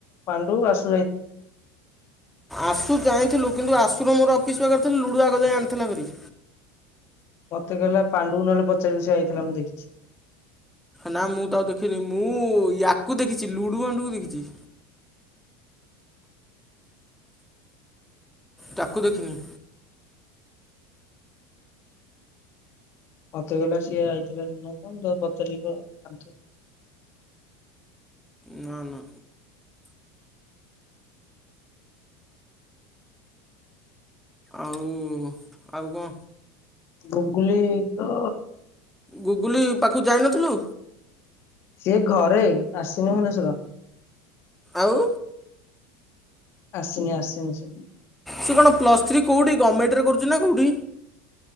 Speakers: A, on the left; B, in the centre.
A: ପାଣ୍ଡୁ ଆସ
B: ଆସୁ ଜାଇଁଥିଲୁ କିନ୍ତୁ ଆସ ସୁ ର ମୋର ଅଫିସ୍ ପାଖରେ ଥିଲା ଲୁଡ଼ୁ ଆଗ ଯାଇ ଆଣିଥିଲା ଭେରି।
A: ମତେ କହିଲା ପାଣ୍ଡୁ ନହଲେ ପଚାରିବୁ ସେ ଆଇଥିଲା ମୁଁ ଦେଖିଛି।
B: ନା ମୁଁ ତ ଆଉ ଦେଖିନି ମୁଁ ୟାକୁ ଦେଖିଛି ଲୁଡୁ ବାଣ୍ଡକୁ ଦେଖିଛି। ତାକୁ ଦେଖିନି।
A: ମତେ କହିଲା ସିଏ ଆଇଥିଲା ଦିନ ତ ମୁଁ ତାକୁ ପଚାରିଲି ତ ଅଂଶ
B: ନା ନା। ଆଉ ଆଉ କଣ?
A: ଗୁଗୁଲି ତ
B: ଗୁଗୁଲି ପାଖକୁ ଯାଇନଥିଲୁ।
A: ସିଏ ଘରେ ଆସିନି ଭୁବନେଶ୍ୱର।
B: ଆଉ?
A: ଆସିନି ଆସିନି ସେ।
B: ସେ କଣ ପ୍ଲସ୍ ଥ୍ରୀ କଉଠି ଗମେଣ୍ଟରେ କରୁଛି ନା କଉଠି?